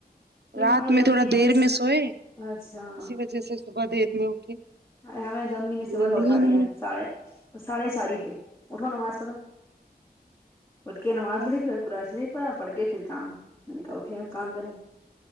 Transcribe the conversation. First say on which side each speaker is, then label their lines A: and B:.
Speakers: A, on the left; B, on the right.
A: کیوں
B: رات
A: آج
B: میں
A: امی
B: تھوڑا
A: نے ہمیں
B: دیر میں سوئے
A: اچھا
B: اسی وجہ سے صبح دیر میں اٹھے
A: ارے ہمیں امی نے
B: نیند
A: صبح سے اٹھا
B: ہی نہیں
A: دیا ساڑے ساڑھے چار ہی پہ اٹھوا نماز پڑھو اٹھ کے نماز
B: ہوں
A: پڑھی پھر قرآن شریف پڑھا پڑھ کے پھر کام میں نے کہا اٹھے کام کریں